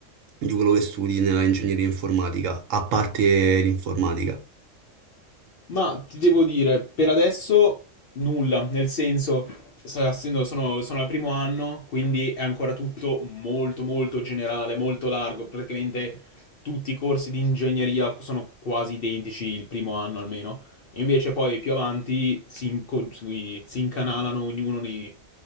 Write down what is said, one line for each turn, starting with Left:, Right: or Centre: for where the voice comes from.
Right: di quello che studi nella ingegneria informatica, a parte l'informatica?
Left: Ma ti devo dire, per adesso nulla, nel senso, sta essendo- sono, sono al primo anno, quindi è ancora tutto molto molto generale, molto largo, praticamente tutti i corsi di ingegneria sono quasi identici il primo anno almeno, e invece poi più avanti si, inco- si si incanalano ognuno nei-